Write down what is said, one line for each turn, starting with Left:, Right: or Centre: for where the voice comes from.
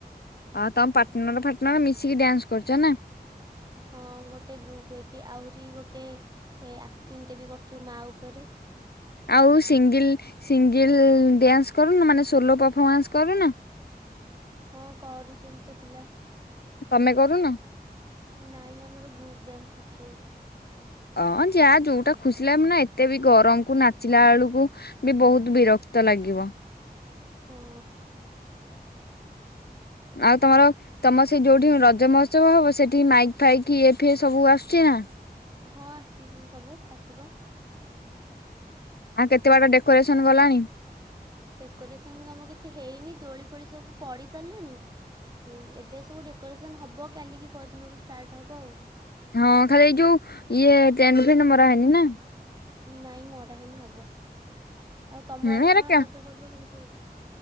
Left: ହଁ ତମ ପାର୍ଟନର ଫାଟନର ମିଶିକି ଡ୍ୟାନ୍ସ କରଚ ନା?
Right: ହଁ ଗୋଟେ ଗ୍ରୁପ ହେଇକି ଆହୁରି ଗୋଟେ ଆକ୍ଟିଂଟେ ବି କରିଚୁ ମା ଉପରେ।
Left: ଆଉ ସିଙ୍ଗିଲ୍ ସିଙ୍ଗିଲ୍ ଡ୍ୟାନ୍ସ କରୁନ ମାନେ ସୋଲୋ ପଫମାନ୍ସ କରୁନ?
Right: ହଁ କରୁଚନ୍ତି ତ ପିଲା।
Left: ତମେ କରୁନ?
Right: ନାଇଁ ଆମର ଗ୍ରୁପ ଡ୍ୟାନ୍ସ କରୁଚୁ ଗୋଟେ।
Left: ଅଁ ଯାଆ ଯୋଉଟା ଖୁସିଲା ନା ଏତେ ବି ଗରମ କୁ ନାଚିଲା ଆଳୁକୁ ବି ବହୁତ ବିରକ୍ତ ଲାଗିବ।
Right: ହଁ।
Left: ଆଉ ତମର ତମର ସେ ଯୋଉଠି ରଜ ମହୋତ୍ସବ ହବ ସେଠି ମାଇକ୍ ଫାଇକ୍ ଇଏ ଫିଏ ସବୁ ଆସୁଚି ନା?
Right: ହଁ ଆସିସି ସବୁ ଆସିବ।
Left: ଆଉ କେତେ ବାଟ ଡେକୋରେସନ ଗଲାଣି?
Right: ଡେକୋରେସନ କାମ କିଛି ହେଇନି ଦୋଳି ଫୋଳି ସବୁ ପଡି ସାରିଲାଣି। ଏଇ ଏବେ ସବୁ ଡେକୋରେସନ୍ ହବ କାଲିକି ପହର ଦିନରୁ ଷ୍ଟାର୍ଟ ହବ ଆଉ।
Left: ହଁ ଖାଲି ଏଇ ଯୋଉ ଇଏ ଟେଣ୍ଡ ଫେଣ୍ଡ ମରାହେଇନି ନା?
Right: ନାଇଁ ମରାହେଇନି ହବ ଆଉ ତମ
Left: ହୁଁ
Right: ଆଡେ
Left: ଏରା
Right: କଣ
Left: କା
Right: ରଜ ପର୍ବ କେମିତି ହଉଚି?